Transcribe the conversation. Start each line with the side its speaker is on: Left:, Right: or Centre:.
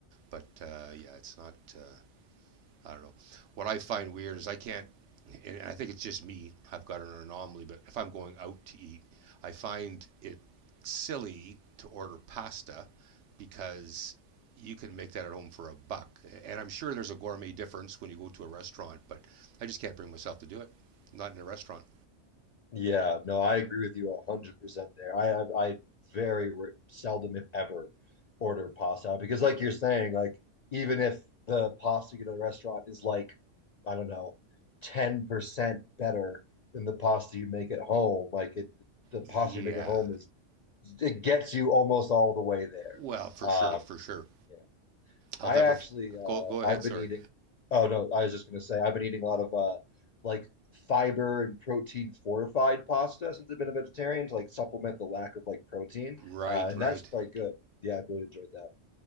Right: But uh, yeah, it's not. Uh, I don't know. What I find weird is I can't, and I think it's just me. I've got an anomaly, but if I'm going out to eat, I find it silly to order pasta because you can make that at home for a buck. And I'm sure there's a gourmet difference when you go to a restaurant, but I just can't bring myself to do it. Not in a restaurant.
Left: Yeah, no, I agree with you 100% there. I have, I very re- seldom, if ever, order pasta because, like you're saying, like even if the pasta you get at the restaurant is like, I don't know, 10% better than the pasta you make at home, like it, the pasta
Right: Yeah,
Left: you make at home is, it gets you almost all the way there.
Right: Well, for
Left: Um,
Right: sure, for sure.
Left: yeah.
Right: I'll
Left: I
Right: never
Left: actually uh
Right: go. Go ahead.
Left: I've
Right: Sorry.
Left: been eating oh no, I was just gonna say I've been eating a lot of uh like fiber and protein fortified pasta since I've been a vegetarian to like supplement the lack of like protein.
Right: Right,
Left: Uh and
Right: right.
Left: that's quite good. Yeah, I really enjoyed that.